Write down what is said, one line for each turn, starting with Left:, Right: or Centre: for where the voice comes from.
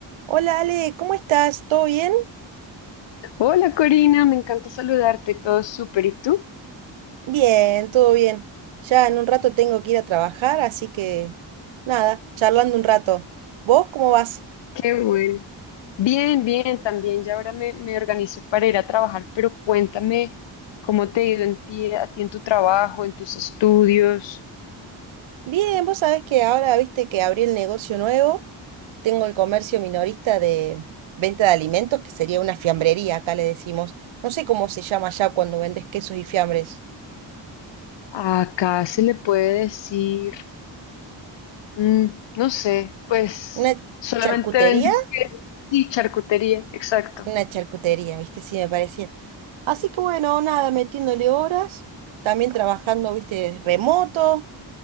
Right: Hola Ale, ¿cómo estás? ¿Todo bien?
Left: Hola Corina, me encanta saludarte, todo súper. ¿Y tú?
Right: Bien, todo bien. Ya en un rato tengo que ir a trabajar, así que nada, charlando un rato. ¿Vos cómo vas?
Left: Qué bueno. Bien, bien, también ya ahora me, me organizo para ir a trabajar, pero cuéntame cómo te ha ido en ti, a ti en tu trabajo, en tus estudios.
Right: Bien, vos sabés que ahora viste que abrí el negocio nuevo, tengo el comercio minorista de venta de alimentos, que sería una fiambrería, acá le decimos. No sé cómo se llama ya cuando vendes quesos y fiambres.
Left: Acá se le puede decir, mm, no sé, pues
Right: ¿Una
Left: solamente
Right: charcutería?
Left: vendes queso y charcutería, exacto.
Right: Una charcutería, viste, sí me parecía. Así que bueno, nada, metiéndole horas, también trabajando, viste, remoto.